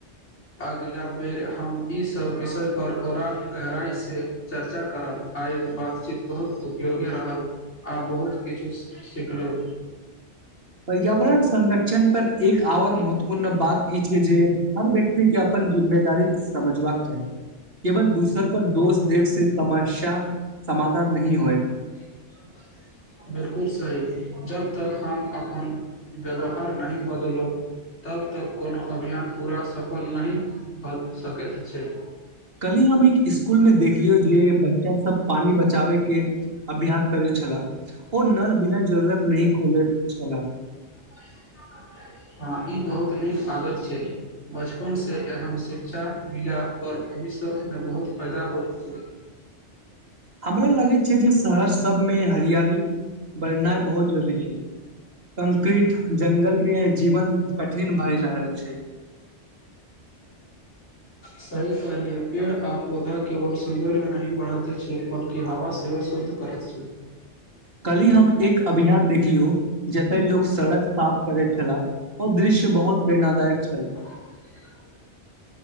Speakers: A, on the left; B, on the right.
A: अगिला बेर हम ईसभ विषय पर ओरा गहराइसँ चर्चा करब आयक बातचीत बहुत उपयोगी रहल आ बहुत किछु सिखलु <inaudible>
B: पर्यावरण संरक्षण पर एक आओर महत्वपूर्ण बात ई छै जे हर व्यक्ति अपन जिम्मेदारी समझबाक चाही केवल दूसर पर दोष देव से समस्या समाधान नहि होय
A: <inaudible> बिलकुल सही जब तक हम अपन व्यवहार नहि बदलब तब तक कोनो अभियान पूरा सफल नहि भऽ सकैत छै
B: कल्हि हम एक स्कूल मे देखलियौ जे बच्चा सब पानी बचाबे के अभ्यास करै छलाह ओ नल बिना जरूरत नहि खोलैत छलाह
A: <inaudible> हँ ई बहुत नीक आदत छै बचपन से एहम शिक्षा मिल पर अभी सब मे बहुत पैदा हो छै
B: हमरा लगैत छै जे शहर सबमे हरियाली बढ़नाइ बहुत जरुररी छै कंक्रीट ज्ंगल मे जीवन कठिन भए रहल छै
A: सही कहलियै पेड़ आ पौधा केवल सौंन्दर्य नहि बढ़ेते छै बल्की हवा सेहो सुन्दर करैत छी
B: कल्हि हम एक अभियान देखलियौ जते लोक सड़क साफ करैत छलाह ओ दृश्य बहुत प्रेरणादायक छल
A: <inaudible>